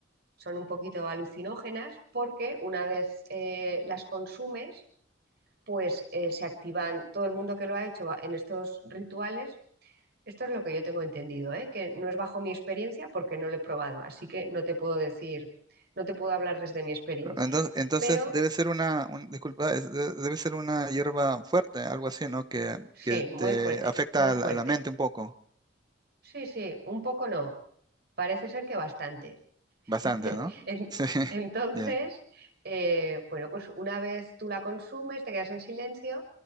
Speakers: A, on the right; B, on the right.
A: son un poquito alucinógenas, porque una vez eh, las consumes, pues eh, se activan, todo el mundo que lo ha hecho va- en estos rituales, esto es lo que yo tengo entendido, ¿eh? que no es bajo mi experiencia porque no lo he probado, así que no te puedo decir, no te puedo hablar desde mi experiencia.
B: Entonces, entonces
A: Pero
B: debe ser una, un- disculpa, es- de- debe ser una hierba fuerte, algo así, ¿no? Que,
A: Sí,
B: que te
A: muy fuerte,
B: afecta
A: muy fuerte.
B: a la, a la mente un poco,
A: Sí, sí, un poco no, parece ser que bastante.
B: bastante,
A: <laughs>
B: ¿no?
A: En-
B: <laughs> Sí,
A: Entonces,
B: bien.
A: eh, bueno, pues una vez tú la consumes, te quedas en silencio